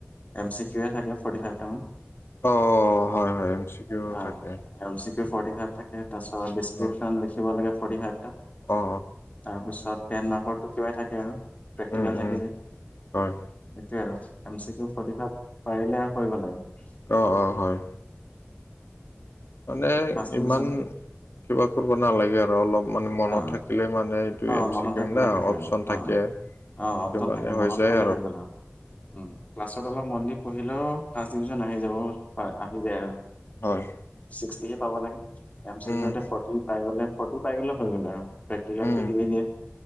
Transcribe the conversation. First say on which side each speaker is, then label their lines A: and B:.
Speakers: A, on the left; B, on the left.
A: এম, চি, কিউয়ে, থাকে ফৰ্টি, ফাইভটামান।
B: অ, হয় হয় এম, চি, কিউ
A: অ,
B: থাকে
A: M, C, Q, forty five থাকে, তাৰ পিছত ডিচক্ৰিপচন
B: অ অ
A: লিখিব লাগে ফৰটি ফাইভটা।
B: অ
A: তাৰপিছত টেন মাৰ্কটো কিবাই থাকে আৰু। প্ৰেক্টিকেল
B: উম
A: থাকে
B: উম
A: যে।
B: হয়
A: সেইটোয়ে আৰু M, C, Q forty five পাৰিলে আৰু কৰিব লাগে।
B: অ, অ, হয়। মানে,
A: ফাৰ্ষ্ট ডিভিজন
B: ইমান কিবা কৰিব নালাগে আৰু অলপ মানে মনত
A: অ
B: থাকিলে মানে
A: অ,
B: এম
A: মনত
B: চি কিউ
A: থাকিলে
B: না
A: হৈ যায়
B: অপচন থাকে
A: অ, অ, অ,
B: সেইটো
A: অপচন
B: মানে
A: থাকে মনত
B: যায়
A: থলে হৈ গ'ল আৰু। উম, ক্লাছত অলপ মন দি পঢ়িলেও, ফাৰ্ষ্ট ডিভিজন আহি যাব। হয় আহি যায় অ, আৰু
B: হয়
A: ছিক্সটিহে পাব লাগে এম, চি,
B: উম
A: কিওতে, ফৰ পাই গ'ল, ফৰ্টি পাই গ'লে হৈ গ'ল আৰু বাকি
B: উম,
A: দিয়ে দিয়ে,